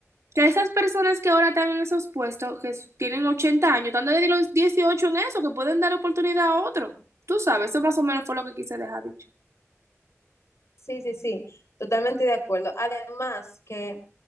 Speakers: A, on the right (about 70°); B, on the left (about 65°).
A: que esas personas que ahora están en esos puestos, que tienen 80 años, están desde los 18 en eso, que pueden dar oportunidad a otro. Tú sabes, eso más o menos fue lo que quise dejar dicho.
B: sí, sí, sí, totalmente de acuerdo. Además que